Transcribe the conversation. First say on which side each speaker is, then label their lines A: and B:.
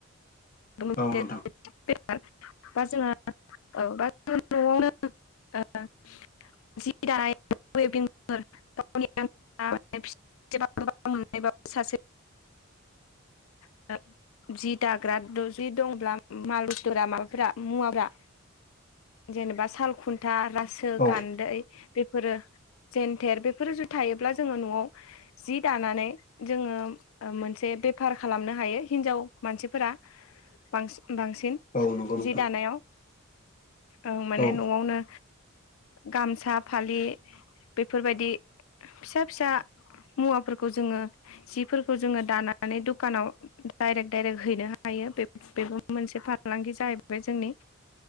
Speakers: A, on the left; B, on the left.
A: <unintelligible>
B: नोंथां
A: <unintelligible> बा जोंहा औ <unintelligible> <unintelligible> <unintelligible> <unintelligible> जि दाग्रा द जि दंब्ला माल बस्तुफोरा माबाफोर मुवाफ्रा जेनेबा साल खुन्था रासो
B: औ
A: गान्दै बेफोरो जेन्थेर बेफोर जुदि थायोब्ला जोङो न'आव जि दानानै जोङो मोनसे बेफार खालामनो हायो हिनजाव मानसिफोरा बांसि बांसिन।
B: औ नंगौ नोंथां
A: जि दानायाव ओं माने
B: औ
A: न'आवनो। गामसा फालि बेफोरबायदि फिसा फिसा मुवाफोरखौ जोङो जिफोरखौ जोङो दानानै दुख खानाव दाइरेक्ट दाइरेक्ट हैनो हायो बे-बेबो मोनसे फालांगि जाहैबाय जोंनि।